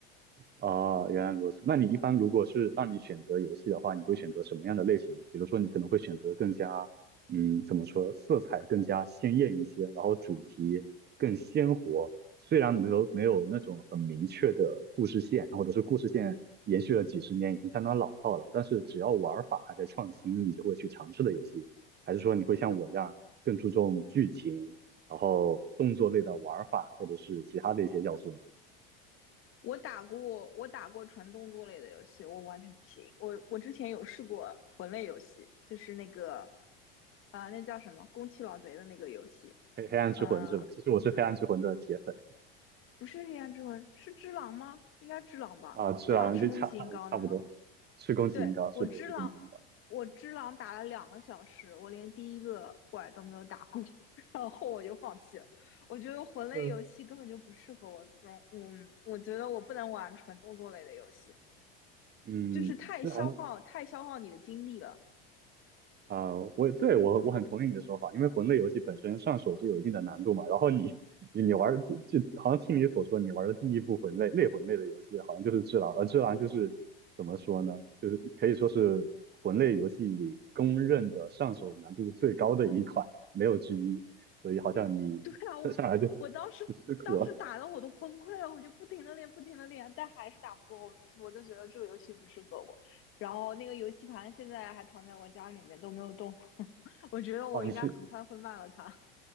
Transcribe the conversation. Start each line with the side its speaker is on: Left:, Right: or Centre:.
Right: 啊，原来如此。那你一般如果是让你选择游戏的话，你会选择什么样的类型呢？比如说，你可能会选择更加，嗯，怎么说，色彩更加鲜艳一些，然后主题更鲜活。虽然没有没有那种很明确的故事线，或者是故事线延续了几十年，已经相当老套了，但是只要玩法还在创新，你就会去尝试的游戏。还是说你会像我一样更注重剧情，然后动作类的玩法，或者是其他的一些要素呢？
Left: 我打过，我打过纯动作类的游戏，我完全不行。我我之前有试过魂类游戏，就是那个，啊、呃那叫什么《宫崎老贼》的那个游戏，
Right: 黑黑暗之魂是吧？
Left: 呃，
Right: 其实我是黑暗之魂的铁粉
Left: 不是黑暗之魂，是只狼吗？应该只狼吧？
Right: 啊，是啊，
Left: 只狼是宫崎英高的吗？
Right: 就差差差不多，是宫崎英高，
Left: 对，
Right: 是对，
Left: 我只狼，
Right: 是宫崎英高。
Left: 我只狼打了两个小时，我连第一个怪都没有打过，<laughs> 然后我就放弃了。我觉得魂类游戏根本就不适合我这种，
Right: 嗯
Left: 嗯，我觉得我不能玩纯动作类的游戏，
Right: 嗯，
Left: 就是太消耗太消耗你的精力了。
Right: 虽然啊、呃我对我我很同意你的说法，因为魂类游戏本身上手就有一定的难度嘛。然后你 <laughs> 你你玩儿就就好像听你所说，你玩的第一部魂类类魂类的游戏好像就是《只狼》，而《只狼》就是怎么说呢？就是可以说是魂类游戏里公认的上手难度最高的一款，没有之一。所以好像你上上来就
Left: 对啊，我我当时当时打的我都崩溃了，
Right: <laughs> 就吃苦了。
Left: 我就不停的练，不停的练，但还是打不过我，我就觉得这个游戏不适合我。然后那个游戏盘现在还躺在我家里面都没有动，<laughs> 我觉得我应该很快会卖了它，
Right: 哦，你是